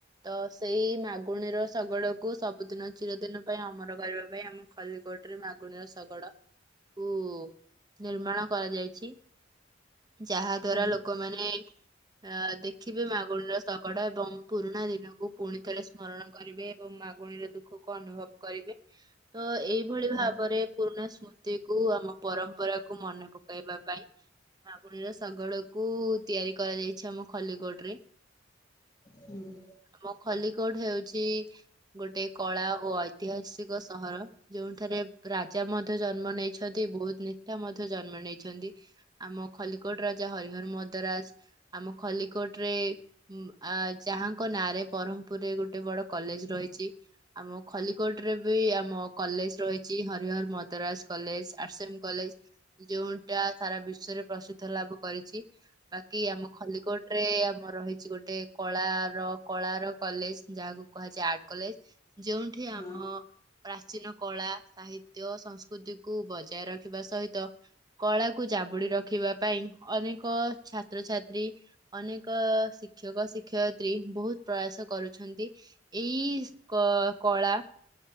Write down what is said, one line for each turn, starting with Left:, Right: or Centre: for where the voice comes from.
Right: ତ ସେଇ ମାଗୁଣୀର ଶଗଡକୁୁ ସବୁଦିନ ଚିରଦିନ ପାଇଁ ଅମର କରିବା ପାଇଁ ଆମେ ଖଲିକୋଟ ମାଗୁଣୀର ଶଗଡ଼ କୁ ନିର୍ମାଣ କରାଯାଇଛି ଯାହା ଦ୍ଵାରା
Left: ହୁଁ
Right: ଲୋକମାନେ ଅ ଦେଖିବେ ମାଗୁଣୀର ଶଗଡ ଏବଂ ପୁରୁଣା ଦିନକୁ ପୁଣିଥଳେ ସ୍ମରଣ କରିବେ ଏବଂ ମାଗୁଣୀର ଦୁଃଖକୁ ଅନୁଭବ କରିବେ ତ ଏଇଭଳି
Left: ହୁଁ
Right: ଭାବରେ ପୁରୁଣା ସ୍ମୃତ କୁ ଆମ ପରମ୍ ଉପରାକୁ ମନେ ପକେଇବା ପାଇଁ। ବାଗୁଣୀର ଶଗଡ଼ କୁ ତିଆରି କରାଯାଇଛି ଆମ ଖଲିକୋଟରେ।
Left: ହୁଁ।
Right: ଆମ ଖଲିକୋଟ ହେଉଛି ଗୋଟେ କଳା ଓ ଐତିହାସିକ ସହର। ଯୋଉଠାରେ ରାଜା ମଧ୍ୟ ଜନ୍ମ ନେଇଛନ୍ତି ବହୁତ ନେତା ମଧ୍ୟ ଜନ୍ମ ନେଇଛନ୍ତି। ଆମ ଖଲିକୋଟ ରାଜା ହରିହର ମଦ୍ରାଜ ଆମ ଖଲିକୋଟ ରେ ଆ ଯାହାଙ୍କ ନାଁରେ ବ୍ରହ୍ମପୁରରେ ଗୋଟେ ବଡ କଲେଜ ରହିଛି। ଆମ ଖଲିକୋଟ ରେ ବି ଆମ କଲେଜ ରହିଛି ହରିହର ମଦ୍ରାସ କଲେଜ ଆର୍ସଏମ୍ କଲେଜ। ଯୋଉଟା ସାରା ବିଶ୍ଵରେ ପ୍ରସିଦ୍ଧ ଲାଭ କରିଛି। ବାକି ଆମ ଖଲିକୋଟରେ ଆମ ରହିଛି ଗୋଟେ କଳାର କଳାର କଲେଜ ଯାହାକୁ କୁହାଯାଏ ଆର୍ଟ କଲେଜ ଯୋଉଠି
Left: ହଁ
Right: ଆମ ପ୍ରାଚୀନ କଳା ସାହିତ୍ୟ ସଂସ୍କୃତିକୁ ବଜାୟ ରଖିବା ସହିତ କଳାକୁୁ ଜାବୁଡି ରଖିବା ପାଇଁ ଅନେକ ଛାତ୍ରଛାତ୍ରୀ ଅନେକ ଶିକ୍ଷକ ଶିକ୍ଷୟିତ୍ରୀ ବହୁତ ପ୍ରୟାସ କରୁଛନ୍ତି। ଏଇ କ କଳା